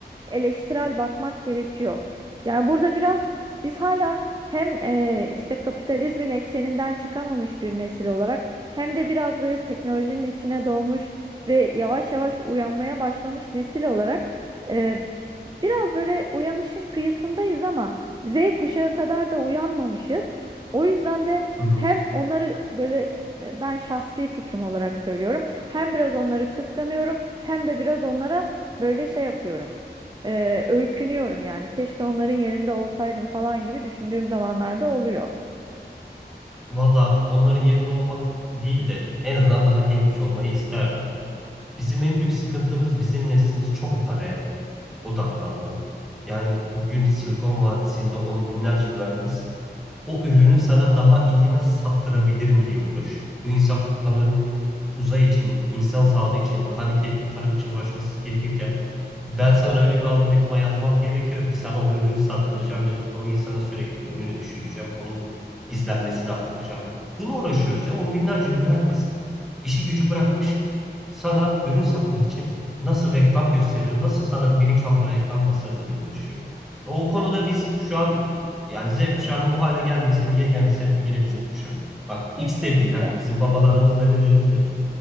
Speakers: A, on the right; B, in the centre.
A: eleştirel bakmak gerekiyor. Yani burada biraz biz hala hem e, işte kapitalizmin ekseninden çıkamamış bir nesil olarak hem de biraz böyle teknolojinin içine doğmuş ve yavaş yavaş uyanmaya başlamış nesil olarak e, biraz böyle uyanışın kıyısındayız ama Z kuşağı kadar da uyanmamışız. O yüzden de
B: Hı hı.
A: hem onları böyle e, ben şahsi fikrim olarak söylüyorum. Hem biraz onları kıskanıyorum hem de biraz onlara böyle şey yapıyorum. E, öykünüyorum yani. Keşke onların yerinde olsaydım falan gibi düşündüğüm zamanlarda oluyor.
B: Valla onların yerinde olmak değil de en azından daha genç olmayı isterdim. Bizim en büyük sıkıntımız bizim neslimiz çok paraya odaklandı. Yani bugün Silikon Vadisi'nde on binlerce mühendis o ürünü sana daha iyi nasıl sattırabilirim diye uğraşıyor. Bu insanların uzay için, insan sağlığı için, daha nitelikli tarım için uğraşması gerekirken ben sana öyle bir algoritma yazmam gerekiyor ki sana o ürünü sattıracağım ya da o insana sürekli önüne düşüreceğim, onun izlenmesini arttıracağım. Bunu uğraşıyoruz ya. On binlerce mühendis işi gücü bırakmış sana ürün satmak için nasıl reklam gösteririm, nasıl sana bilinçaltına reklam basarım diye uğraşıyor. O konuda biz şu an yani Z kuşağının bu hale gelmesinin yegane sebebi yine bizim kuşak. Bak
A: Kesinlikle.
B: X de değil ha. Bizim babalarımız, dedelerimiz de değil.